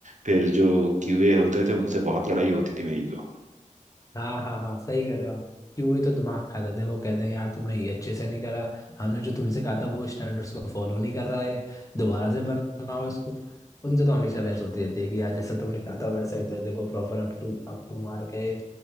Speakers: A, on the right; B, on the left.
A: फिर जो क्यूए होते थे उनसे बहुत लड़ाई होती थी मेरी तो
B: हाँ हाँ हाँ सही कह रहे हो आप कि वो ही तो दिमाग खा जाते हैं वो कहते हैं यार तुमने ये अच्छे से नहीं करा हमने जो तुमसे कहा था वो स्टैंडर्ड्स को फॉलो नहीं कर रहा है दोबारा से बनाओ इसको उनसे तो हमेशा बहस होती रहती है कि यार जैसा तुमने कहा था वैसा ही तो है, देखो प्रॉपर अप टू अप टू मार्क है